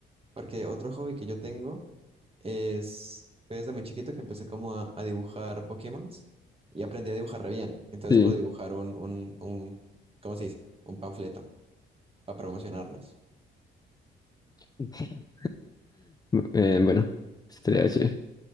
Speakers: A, on the right; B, on the left.
A: porque otro hobby que yo tengo Es, fue desde muy chiquito que empecé como a, a dibujar Pokémon y aprendí a dibujar re bien. Entonces
B: sí.
A: puedo dibujar un, un, un, ¿cómo se dice? Un panfleto para promocionarnos.
B: <laughs> Eh, bueno, estaría chévere.